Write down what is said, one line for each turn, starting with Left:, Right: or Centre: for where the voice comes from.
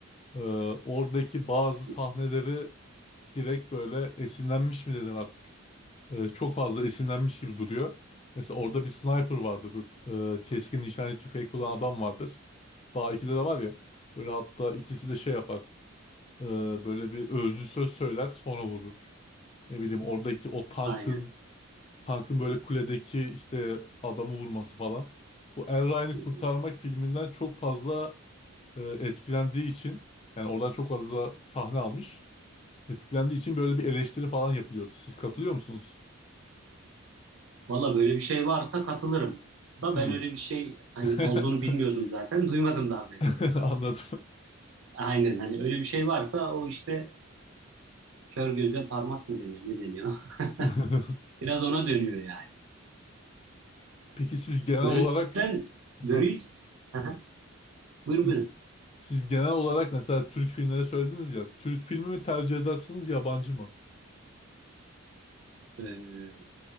Left: E, oradaki bazı
Right: Hı
Left: sahneleri
Right: hı.
Left: direkt böyle esinlenmiş mi dedin artık? e, çok fazla esinlenmiş gibi duruyor. Mesela orada bir sniper vardır. Bu e, keskin nişancı tüfeği kullanan adam vardır. Daha ikide de var
Right: Hı hı.
Left: ya. Böyle hatta ikisi de şey yapar. e, böyle bir özlü söz söyler sonra vurur. Ne bileyim oradaki o tankın
Right: Aynen.
Left: tankın böyle kuledeki işte adamı vurması falan. Bu Er Ryan'ı
Right: Hı
Left: kurtarmak
Right: hı.
Left: filminden çok fazla e, etkilendiği için yani oradan çok fazla sahne almış. Etkilendiği için böyle bir eleştiri falan yapılıyordu. Siz katılıyor musunuz?
Right: Valla böyle bir şey varsa katılırım. Da
Left: Hmm.
Right: ben öyle bir şey hani
Left: <laughs>
Right: olduğunu bilmiyordum zaten. <laughs> Duymadım daha beri.
Left: <laughs> Anladım.
Right: Aynen hani öyle bir şey varsa o işte Kör göze parmak mı deniyor? Ne deniyor?
Left: <laughs>
Right: <laughs> Biraz ona dönüyor yani.
Left: Peki siz genel
Right: Börüden
Left: olarak Aha,
Right: börüyü Hı hı.
Left: siz
Right: Buyurun buyurun.
Left: siz genel olarak mesela Türk filmleri söylediniz ya Türk filmi mi tercih edersiniz yabancı mı?
Right: Ee,